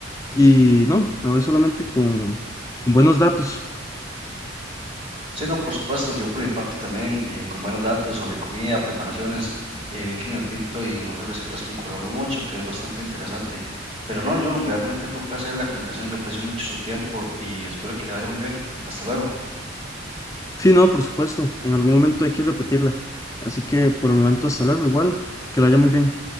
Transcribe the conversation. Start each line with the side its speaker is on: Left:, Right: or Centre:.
Left: Y no, me voy solamente con, con buenos datos.
Right: Sí, no, por supuesto, yo por mi parte también, eh, con buenos datos sobre comida, preparaciones, eh, vi que en el Pinto y en otras recetas concordamos mucho, que es bastante interesante. Pero no, John, realmente fue un placer la conversación, yo aprecio mucho su tiempo y espero que le vaya muy bien. Hasta luego.
Left: Sí, no, por supuesto, en algún momento hay que repetirla. Así que por el momento, hasta luego, igual, que la haya muy bien.